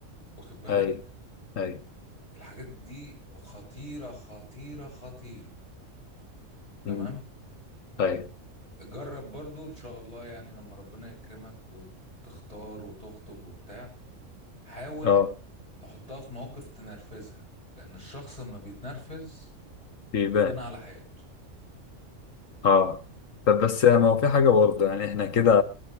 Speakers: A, on the left; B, on the left.
A: واخد بالك
B: اي اي
A: الحاجات دي خطيرة خطيرة خطيرة تمام
B: امم اي
A: جرب برضو ان شاء الله يعني لما ربنا يكرمك وتختار وتخطب وبتاع حاول
B: اه
A: تحطها في موقف تنرفزها لان الشخص لما بيتنرفز
B: بيبان
A: بيبان على حقيقته
B: اه طب بس يعني ما هو في حاجه برضه يعني احنا كده